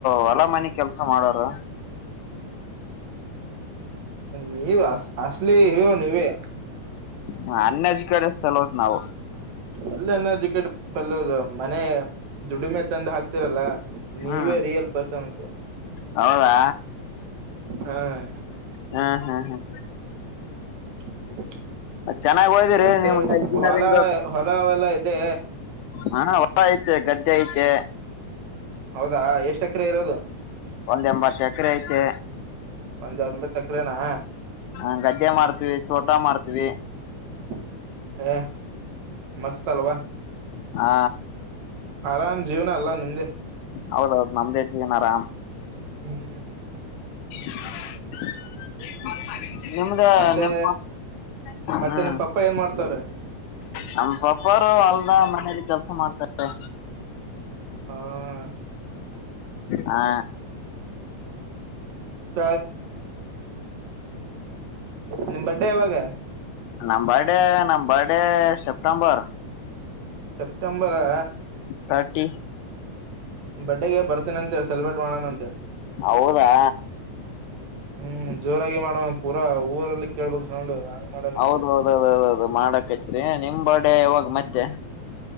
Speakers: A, on the left; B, on the right.
A: ಹೊಲ ಮನೆಿ ಕೆಲ್ಸ ಮಾಡೋರು
B: ನೀವ ಅ ಅಸ್ಲಿ ಹೀರೋ ನೀವೇ
A: ಹ ಅನ್ನಾಜ್ ಕಡೆ ಸಲೋಸ ನಾವು
B: ಎಲ್ಲನ್ನೋ ಜಕ್ಕಟ್ ಪಲ್ಲೋಸ್ ಮನೆ ದುಡಿಮೆ ತಂದು ಹಾಕ್ತಿರಲ್ಲ ನೀವೇ
A: ಹ್ಮ್
B: ರಿಯಲ್ ಪರ್ಸನ್ಸ್
A: ಹೌದಾ
B: ಹ
A: ಹ್ಮ್ ಹ್ಮ್ ಹ್ಮ್.
B: ಹ <unintelligible>
A: ಚೆನ್ನಾಗ್ ಓದಿರಿ
B: ಮತ್ತೆ
A: ನಿಮ್ಗೆ ಇಂಜಿನಿಯರಿಂಗ್
B: ಹೊಲ ಹೊಲ ಅವಲ್ಲ ಇದೆ.
A: ಹ ಐತೆ ಗದ್ದೆ ಐತೆ.
B: ಹೌದಾ ಎಷ್ಟ ಎಕರೆ ಇರೋದು.
A: ಒಂದ ಎಂಬತ್ತು ಎಕರೆ ಐತೆ.
B: ಒಂದ್ಂಬತ ಎಕರೆನಾ.
A: ಹಾ ಗದ್ದೆ ಮಾಡ್ತೀವಿ ತೋಟ ಮಾಡ್ತೀವಿ.
B: <inaudible> ಏ ಮಸ್ತ್ ಅಲ್ವಾ
A: ಹಾ
B: ಆರಾಮ್ ಜೀವ್ನ ಅಲ್ಲ. ನಿಮ್ದೆ
A: ಹೌದೌದು ನಮ್ದೇ ಜೀವನ ಆರಾಮ್.
B: ಹ್ಮ್
A: ಹ. <inaudible> ನಿಮ್ದ
B: ಮತ್ತೆ
A: ನೆಪ ಹ್ಮ್.
B: ಮತ್ತೆ ನಿಮ್ ಪಪ್ಪ ಏನ್
A: <unintelligible>
B: ಮಾಡ್ತವ್ರೆ
A: ನಮ್ ಪಪ್ಪಾರು ಹೊಲ್ದ ಮನೇಲಿ ಕೆಲ್ಸ ಮಾಡ್ತಾರೆ.
B: ಹ
A: ಹಾ.
B: <inaudible> ನಿಮ ಬರ್ಡೇ ಯಾವಾಗ.
A: ನಮ್ ಬರ್ಡೇ ನಮ್ ಬರ್ಡೇ ಸೆಪ್ಟೆಂಬರ್.
B: ಸೆಪ್ಟೆಂಬರಾ.
A: ಪಾರ್ಟಿ.
B: ಬರ್ಡೇ ಗೆ ಬರ್ತನಂತೆ ಸೆಲೆಬ್ರೇಟ್ ಮಾಡಣ ಅಂತೆ.
A: ಹೌದಾ.
B: ಹ್ಮ್ ಜೋರಾಗಿ ಮಾಡೋ ಪೂರಾ ಊರಲ್ಲಿ ಕೇಳ್ಬೇಕು ಸೌಂಡ್. ಹಂಗ್ ಮಾಡೋಣಂತೆ
A: ಹೌದ ಹೌದೌದೌದೌದು ಮಾಡಕೈತ್ರಿ ನಿಮ್ಮ ಬರ್ತ್ಡೇ ಯಾವಾಗ ಮತ್ತೆ.